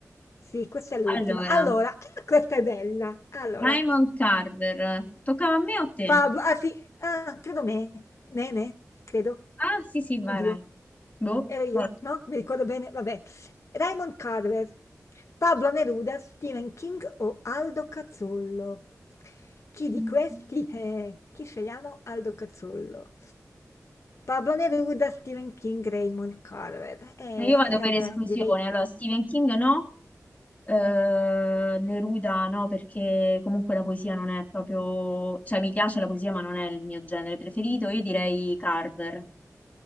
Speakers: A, on the left; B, on the left.
A: Sì, questa è l'ultima.
B: Allora,
A: Allora, ah, questa è bella. Allora,
B: Raymond Carver. Toccava a me o a te?
A: Pablo, ah sì, ah, credo me, me, me, credo.
B: Ah, sì, sì, vai,
A: Oddio,
B: vai. Boh,
A: ero io,
B: vai.
A: no? Mi ricordo bene, vabbè. Raymond Carver, Pablo Neruda, Stephen King o Aldo Cazzollo? Chi di
B: Mm.
A: questi è? Chi scegliamo? Aldo Cazzollo. Pablo Neruda, Stephen King, Raymond Carver. E,
B: Io vado
A: e vabbè,
B: per esclusione.
A: direi...
B: Allora, Stephen King no, eh, Neruda no, perché comunque la poesia non è proprio... Cioè, mi piace la poesia, ma non è il mio genere preferito. Io direi Carver.